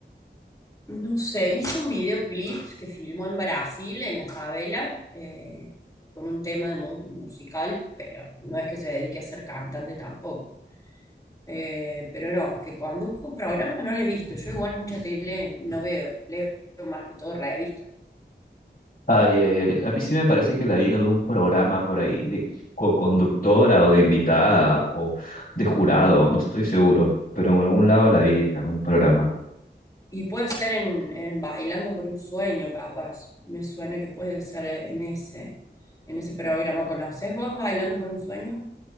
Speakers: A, on the left (about 20°); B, on the left (about 50°).
A: No sé, hice un videoclip que filmó en Brasil, en la favela, eh, con un tema de mu- musical, pero no es que se dedique a ser cantante tampoco. Eh, pero no, que conduzco un programa no lo he visto. Yo igual mucha tele no veo, leo más que todo revistas.
B: Ay, ay, ay. A mí sí me parece que la vi en algún programa por ahí de co-conductora o de invitada o de jurado, no estoy seguro, pero en algún lado la vi en algún programa.
A: Y puede ser en, en Bailando por un sueño, capaz. Me suena que puede ser en ese, en ese programa. ¿Conoces vos Bailando por un sueño?